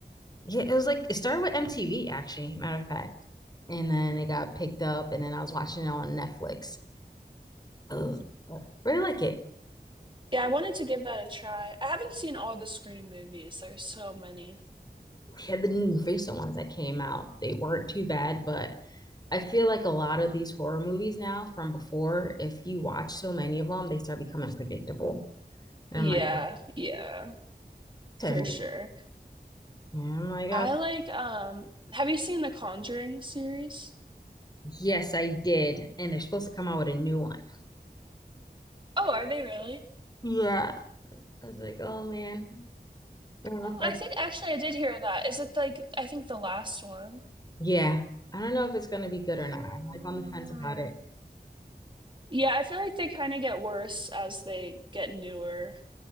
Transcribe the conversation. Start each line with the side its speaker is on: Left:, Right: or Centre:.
Left: yeah, it was like it started with MTV actually, matter of fact, and then it got picked up, and then I was watching it on Netflix. I really like it.
Right: Yeah, I wanted to give that a try. I haven't seen all the Scream movies. There's so many.
Left: Yeah, the recent ones that came out, they weren't too bad, but I feel like a lot of these horror movies now from before, if you watch so many of them, they start becoming predictable. And
Right: Yeah,
Left: I'm like,
Right: yeah,
Left: okay.
Right: for sure.
Left: And I'm like, "Oh,
Right: I like um have you seen the Conjuring series?
Left: yes, I did. And they're supposed to come out with a new one.
Right: Oh, are they really?
Left: Yeah. I was like, oh man, I don't know
Right: Oh,
Left: if I,
Right: I think actually I did hear that. Is it like I think the last one?
Left: yeah, I don't know if it's gonna be good or
Right: Oh.
Left: not. I'm like on the fence about it.
Right: Yeah, I feel like they kind of get worse as they get newer.